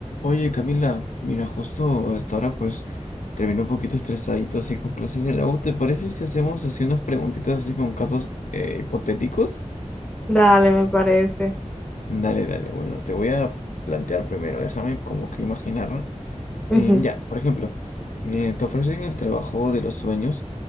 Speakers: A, on the left (about 85°); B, in the centre.
A: Oye, Camila, mira, justo hasta ahora pues terminó un poquito estresadito así con clases de la U. ¿Te parece si hacemos así unas preguntitas así con casos eh, hipotéticos?
B: Dale, me parece.
A: Dale, dale, bueno, te voy a plantear primero, déjame como que imaginar.
B: Ujú.
A: Em, ya, por ejemplo, eh, te ofrecen el trabajo de los sueños